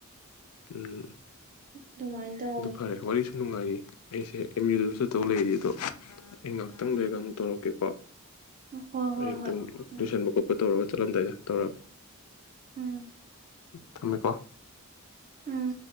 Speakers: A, on the left (about 80°); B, on the right (about 35°).
A: ꯎꯝ
B: ꯑꯗꯨꯃꯥꯏꯅ ꯇꯧꯋꯤ
A: ꯑꯗꯨ ꯐꯔꯦ ꯋꯥꯔꯤꯁꯨ ꯅꯨꯡꯉꯥꯏꯔꯤ ꯑꯩꯁꯦ ꯑꯦꯝ ꯌꯨꯗꯨꯗꯁꯨ ꯇꯧ ꯂꯩꯔꯤ ꯑꯗꯣ ꯑꯩ ꯉꯥꯏꯍꯥꯛꯇꯪ ꯂꯩꯔꯒ ꯑꯃꯨꯛ ꯇꯧꯔꯛꯀꯦꯀꯣ
B: ꯍꯣꯏ ꯍꯣꯏ
A: ꯑꯝꯇꯪ
B: ꯍꯣꯏ ꯎꯝ
A: ꯇꯨꯁꯟꯕ ꯈꯣꯠꯄ ꯇꯧꯔꯕ ꯆꯠꯂꯝꯗꯥꯏ ꯇꯧꯔꯛꯑꯃꯦ
B: ꯎꯝ
A: ꯊꯝꯃꯦꯀꯣ <unintelligible>
B: ꯎꯝ